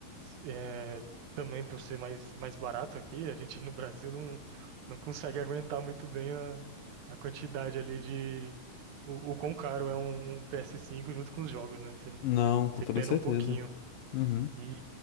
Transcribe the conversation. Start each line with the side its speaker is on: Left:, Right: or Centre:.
Right: É, também por ser mais, mais barato aqui, a gente no Brasil não, não consegue aguentar muito bem a, a quantidade ali de. O, o quão caro é um, um PS5 junto com os jogos, né? Você,
Left: Não, com
Right: você
Left: toda
Right: pena
Left: certeza.
Right: um pouquinho.
Left: Uhum.
Right: E,